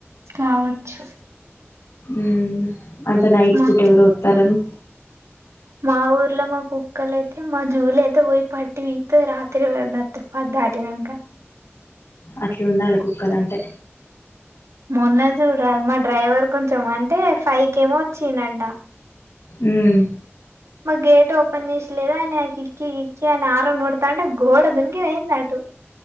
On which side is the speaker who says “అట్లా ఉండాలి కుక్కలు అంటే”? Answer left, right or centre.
Left